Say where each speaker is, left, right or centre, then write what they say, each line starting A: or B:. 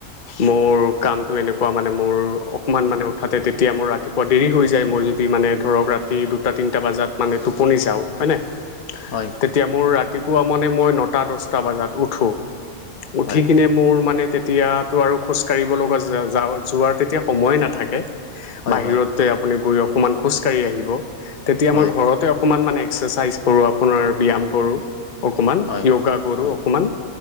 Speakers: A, on the left; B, on the left.
A: মোৰ কামটো এনেকুৱা মানে মোৰ অকণমান মানে উঠাতে তেতিয়া মোৰ ৰাতিপুৱা দেৰি হৈ যায় মই যদি মানে ধৰক ৰাতি দুটা তিনিটা বাজি তিনিটাত মানে টোপনি যাওঁ হয়নে,
B: হয়
A: তেতিয়া মোৰ ৰাতি ৰাতিপুৱা মানে মই নটা দহটা বজাত উঠোঁ, উঠি
B: হয়
A: কিনে মোৰ মানে তেতিয়া তেতিয়াতো আৰু খোজকাঢ়িব লগা যা যোৱাৰ তেতিয়া সময় নাথাকে
B: হয়
A: বাহিৰতে
B: হয়
A: আপুনি গৈ অকমান খোজকাঢ়ি আহিব তেতিয়া
B: হয়
A: মই ঘৰতে অকণমান মানে এক্সেচাইজ কৰোঁ, আপোনাৰ ব্যয়াম কৰোঁ অকমান,
B: হয়
A: যোগা কৰোঁ
B: হয়
A: অকমান।